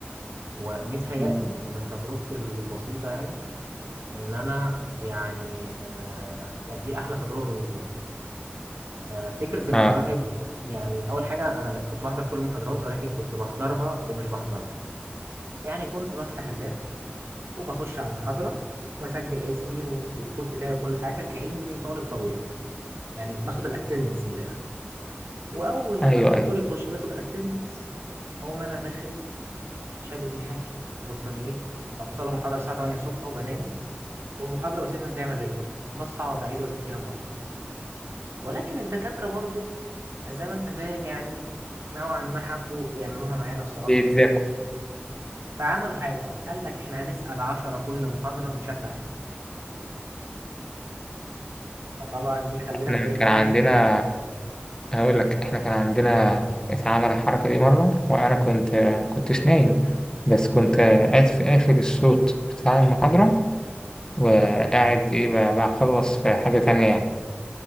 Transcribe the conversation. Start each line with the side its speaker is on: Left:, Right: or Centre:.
Right: ومتهيألي
Left: مم.
Right: ومن تجربتي البسيطه يعني ان انا يعني آه كانت دي احلى تجربه بالنسبه لي آه فكره ان
Left: آه
Right: الواحد يعني اول حاجه انا ب- كنت بحضر كل المحاضرات ولكن كنت بحضرها ومش بحضرها يعني كنت بفتح اللاب وبخش على المحاضره وبسجل اسمي و- والكود بتاعي وكل حاجه كاني طالب طبيعي يعني باخد الاتندنس من الاخر واول لما
Left: أيوه
Right: الدكتور
Left: أيوه
Right: يخش وياخد الاتندنس اقوم انا داخل شهادة لحافي بطانيتي بوصل محاضرة الساعة 8 الصبح وبنام والمحاضرة بسيبها تعمل ريكورد بصحى أقعد أعيد وأزيد فيها براحتي ولكن الدكاترة برضو زي ما أنت فاهم يعني نوعا ما حبوا يعملوها معانا بصراحة
Left: بيتذاكوا
Right: فعملوا حاجة بقى قال لك إحنا هنسأل 10 كل محاضرة بشكل عشوائي فطبعا دي خلتك
Left: إحنا
Right: بقيت
Left: كان
Right: إيه
Left: عندنا هقول لك إحنا كان عندنا اتعمل الحركة دي مرة وأنا كنت كنتش نايم بس كنت قاف- قافل الصوت بتاع المحاضرة وقاعد إيه ب- بخلص في حاجة تانية يعني